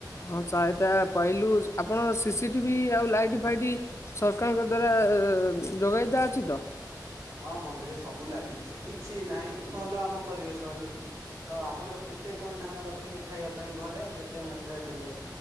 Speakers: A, on the left; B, on the right.
A: ହଁ ଚାହିତା ପାଇଲୁ ଆପଣ ସିସିଟିଭି ଆଉ ଲାଇଟ୍ ଫାଇଟ୍ ସରକାରଙ୍କ ଦ୍ଵାରା ଯୋଗାଇତା ଅଛି ତ?
B: ହଁ ମଣ୍ଡିରେ ସବୁ ଲାଗିଛି କିଛି ନାହିଁ ଭଲ ଆମ ପରିବେଶ ହେଇଛି। ଆଉ ଆପଣ କେତେ କଣ ଧାନ ରଖିଲେ ଖାଇବା ପାଇଁ ଘରେ ଆଉ କେତେ ମାତ୍ରାରେ ଦେଲେ